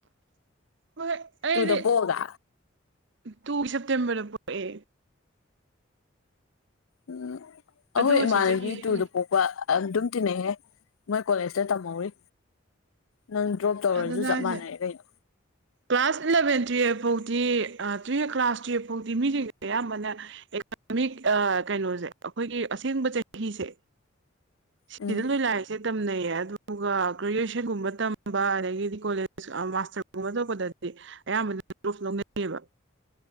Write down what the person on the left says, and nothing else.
ꯇꯨꯗ ꯄꯣꯛꯑꯒ
ꯎꯝ ꯑꯍꯣꯏ
ꯏꯃꯥꯟꯅꯕꯤ
ꯇꯨꯗ
ꯄꯣꯛ ꯑꯗꯨꯝ ꯇꯤꯟꯅꯩꯍꯦ ꯃꯣꯏ ꯀꯣꯂꯦꯖꯇ ꯇꯝꯍꯧꯔꯤ ꯅꯪ ꯗ꯭ꯔꯣꯞ ꯇꯧꯔꯁꯨ
ꯆꯞ
ꯃꯥꯟꯅꯩ ꯀꯩꯅꯣ
ꯎꯝ